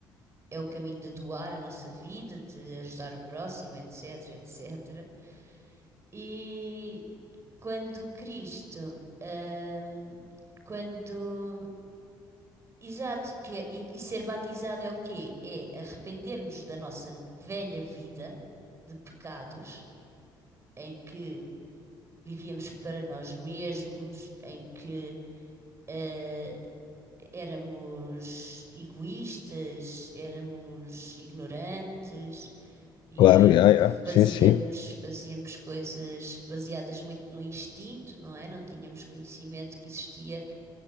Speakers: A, on the right (about 30°); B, on the left (about 65°).
A: é o caminho de doar a nossa vida, de ajudar o próximo, etc, etc. E quando Cristo, hum, quando Exato, que é- e, e ser batizado é o quê? É arrependermos da nossa velha vida de pecados, em que vivíamos para nós mesmos, em que hum, éramos egoístas, éramos ignorantes e
B: claro, já, já,
A: fazíamos,
B: sim, sim,
A: fazíamos coisas baseadas muito no instinto, não é? Não tínhamos conhecimento que existia